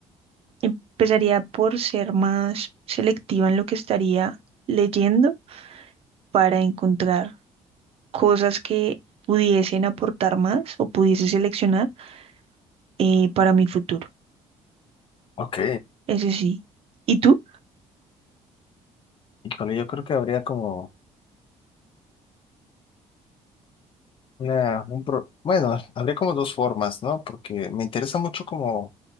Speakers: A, on the right; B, on the left.
A: empezaría por ser más selectiva en lo que estaría leyendo para encontrar cosas que pudiesen aportar más o pudiese seleccionar eh, para mi futuro.
B: Ok,
A: Ese sí. ¿Y tú?
B: y con ello creo que habría como... Una, un pro- Bueno, habría como dos formas, ¿no? Porque me interesa mucho como